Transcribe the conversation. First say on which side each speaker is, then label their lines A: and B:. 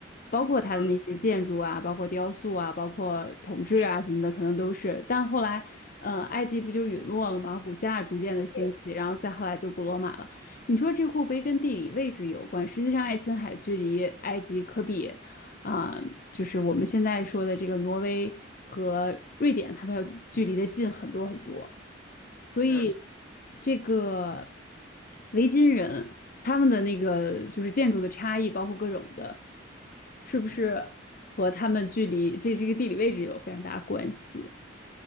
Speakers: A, on the left; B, on the left.
A: 包括它的那些建筑啊，
B: 嗯，
A: 包括雕塑啊，包括统治啊什么的，
B: 是
A: 可能都是。但后来，呃，埃及不就陨落了吗？古希腊逐渐的兴起，
B: 对，
A: 然后再后来就古罗马了。你说这会不会跟地理位置有关，实际上爱琴海距离埃及可比，啊、就是我们现在说的这个挪威和瑞典，它们要距离的近很多很多。所以
B: 嗯。
A: 这个维京人他们的那个就是建筑的差异，包括各种的，是不是和他们距离这这个地理位置有非常大的关系？